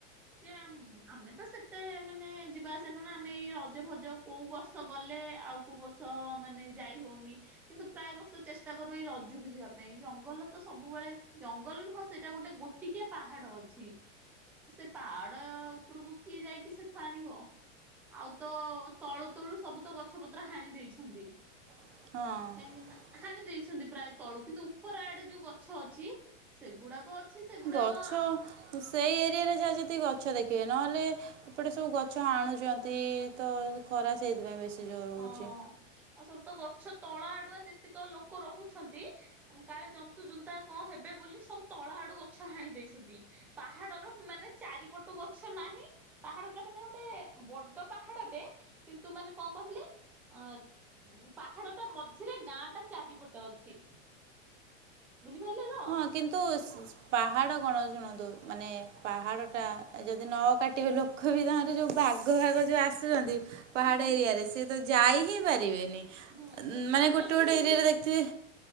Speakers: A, in the centre; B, on the right (about 70°).
A: ଯେ ଆମ ଆମେ ତ ସେତେ ମାନେ ଯିବା ଆସିଆ ନା ଆମେ ଏଇ ରଜ ଭଜ କୋଉ ବର୍ଷ ଗଲେ ଆଉ କୋଉ ବର୍ଷ ମାନେ ଯାଇ ହଉନି କିନ୍ତୁ ପ୍ରାୟ ବର୍ଷ ଚେଷ୍ଟା କରୁ ଏଇ ରଜକୁ ଯିବା ପାଇଁ ଜଙ୍ଗଲ ତ ସବୁବେଳେ ଜଙ୍ଗଲ ନୁହଁ ସେଇଟା ଗୋଟେ ଗୋଟିକି ପାହାଡ ଅଛି ସେ ପାହାଡ ଉପରକୁ କିଏ ଯାଇକି ସେଠୁ ଆଣିବ। ଆଉ ତ ତଳୁ ତଳୁ ସବୁ ତ ଗଛ ପତ୍ର ହାଣି ଦେଇଛନ୍ତି।
B: ହଁ।
A: କାହିଁକି ନା ହାଣି ଦେଇଛନ୍ତି ପ୍ରାୟ ତଳୁ କିନ୍ତୁ ଉପର ଆଡେ ଯୋଉ ଗଛ ଅଛି ସେଗୁଡାକ ଅଛି ସେଗୁଡାକ
B: ଗଛ
A: ଆଉ
B: ସେଇ ଏରିଆରେ ଯା ଯେତିକି ଗଛ ଦେଖ ବେ ନହେଲେ ଏପଟେ ସବୁ ଗଛ ହାଣୁଛନ୍ତି ତ ଖରା ସେଇଥିପାଇଁ ବେଶୀ।
A: ହଁ।
B: ଜୋର ହଉଛି
A: ଆ ସବୁ ତ ଗଛ ତଳ ଆଡୁଆ ଯେତିକ ଲୋକ ରହୁଛନ୍ତି କାଳେ ଜନ୍ତୁ ଜୁନ୍ତା କଣ ହେବେ ବୋଲି ସବୁ ତଳ ଆଡୁ ଗଛ ହାଣି ଦେଇଛନ୍ତି ପାହାଡର ମାନେ ଚାରିପଟୁ ଗଛ ନାହିଁ ପାହାଡ ଟା ମାନେ ଗୋଟେ ବଡ ପାହାଡଟେ କିନ୍ତୁ ମାନେ ଙ୍କ କହିଲେ ଅ ପାହାଡଟା ମଝିରେ ଗାଁ ଟା ଚାରିପଟ ଅଛି। ବୁଝିପାରିଲେ ତ?
B: ହଁ କିନ୍ତୁ ସ ପାହାଡ କଣ ଶୁଣନ୍ତୁ ମାନେ ପାହାଡ଼ଟା ଯଦି ନ କାଟିବେ ଲୋକ ବି ତାଙ୍କର ଯଉ ବାଗ ଭାଗ ଯଉଁ ଆସୁଛନ୍ତି। ପାହାଡ
A: ହୁଁ
B: ଏରିଆ
A: ହୁଁ
B: ରେ ସେଏ ତ ଯାଇ ହିଁ ପାରିବେ। ନି
A: ହୁଁ ତାପରେ
B: ମାନେ ଗୋଟେ
A: କେମିତି
B: ଗୋଟେ
A: ହେଇଛି
B: ଏରିଆ ରେ ଦେଖିଥିବେ